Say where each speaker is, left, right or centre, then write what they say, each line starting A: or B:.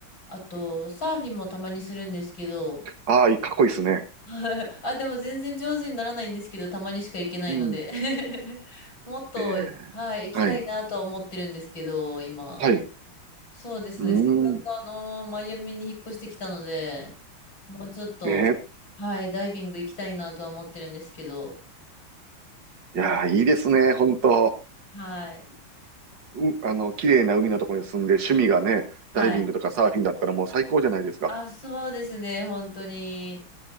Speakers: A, on the left; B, on the right.
A: あと、サーフィンもたまにするんですけど、
B: ああ、かっこいいですね。
A: <laughs> あ、でも全然上手にならないんですけど、たまにしか行けないので
B: うん。
A: <laughs> もっと、
B: ええはい。
A: はい、行きたいなとは思ってるんですけど、今。
B: はい。う
A: そうですね、
B: ーん。
A: せっかくあの、マイアミに引っ越してきたので、もうちょっと、
B: ね。
A: はい、ダイビング行きたいなとは思ってるんですけど、もう
B: いやー、いいですね。本当。
A: はい、
B: う、あの、綺麗な海のところに住んで、趣味がね、
A: はい。
B: ダイビングとかサーフィンだったらもう最高じゃないですか。
A: あ、そうですね、本当に。